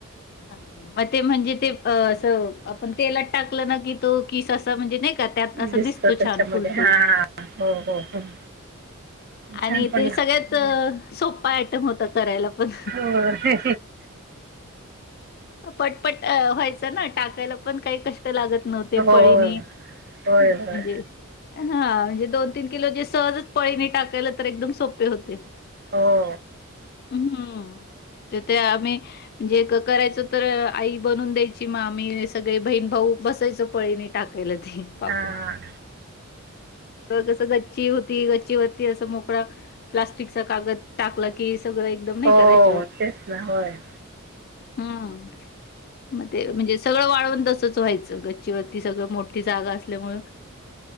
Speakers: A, on the left (about 45°); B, on the right (about 50°).
A: हां, मग ते म्हणजे ते अ, असं आपण तेलात टाकलं ना, की तो किस असा म्हणजे नाही का, त्यात अस
B: दिसत
A: दिसतो
B: त्याच्यामध्ये
A: छान फुलतो.
B: हा हो हो हो
A: आणि
B: छान पण
A: ते
B: लागतं
A: सगळ्यात सोपा आयटम होता करायला पण,
B: होय
A: पटपट व्हायच ना टाकायला पण काही कष्ट लागत नव्हते
B: होय
A: पळीने
B: होय
A: म्हणजे
B: होय
A: हा म्हणजे, दोन तीन किलो जे सहजच पळीने टाकायलं तर एकदम सोपे होते.
B: हो.
A: ह, हम्म! तर ते आम्ही म्हणजे एक करायच तर, आई बनून द्यायची मामी सगळे बहीण भाऊ बसायचं पळीने टाक <unintelligible> पापड.
B: हां
A: कसं गच्ची होती, गच्ची वरती असं मोकळां प्लास्टिकचा कागद टाकला की सगळं एकदम नाही
B: हो
A: का त्याच्यावर
B: तेच ना होय
A: हम्म! मग ते म्हणजे सगळं वाढवून तसच व्हायचं, गच्चीवरती सगळं मोठी जागा असल्यामुळ